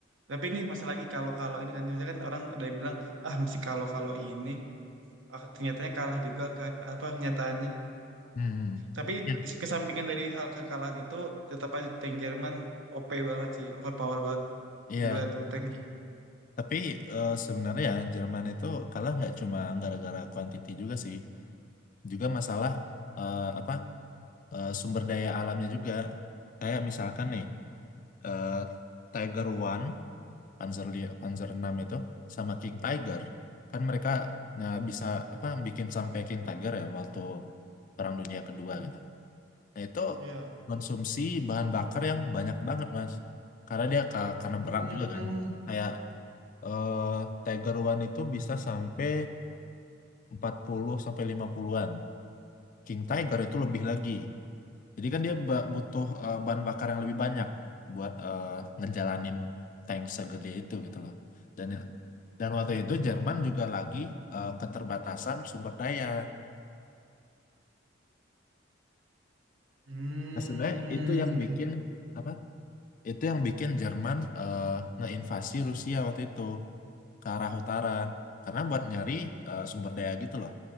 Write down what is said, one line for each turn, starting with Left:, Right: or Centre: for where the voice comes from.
Right: tapi ini masalah lagi kalau kalau ini kan misalkan orang ada yang bilang ah mesti kalau kalau ini Ah, ternyatanya kalah juga ka- apa kenyataannya.
Left: hmm,
Right: Tapi
Left: Ya.
Right: di kesampingan dari hal kekalahan itu tetap aja tank Jerman OP banget sih, overpower banget.
Left: iya,
Right: Gila tuh tank.
Left: tapi eh, sebenarnya ya Jerman itu kalah nggak cuma gara-gara quantity juga sih, juga masalah eh, apa eh, sumber daya alamnya juga. Kayak misalkan nih eh, Tiger One, Panzer li- Panzer enam itu sama King Tiger, kan mereka nah, bisa apa bikin sampai King Tiger ya waktu Perang Dunia Kedua gitu. Nah, itu
Right: Iya.
Left: konsumsi bahan bakar yang banyak banget, Mas. Karena dia ka- karena
Right: Hmm.
Left: berat juga kan. Kayak eh, Tiger One itu bisa sampai 40 sampai 50-an. King Tiger itu lebih lagi. Jadi kan dia ba- butuh eh, bahan bakar yang lebih banyak buat eh, ngejalanin tank segede itu gitu loh. Dan dan waktu itu Jerman juga lagi eh, keterbatasan sumber daya.
Right: Hmm.
Left: Nah, sebenarnya itu yang bikin apa itu yang bikin Jerman eh, ngeinvasi Rusia waktu itu ke arah utara karena buat nyari eh, sumber daya gitu loh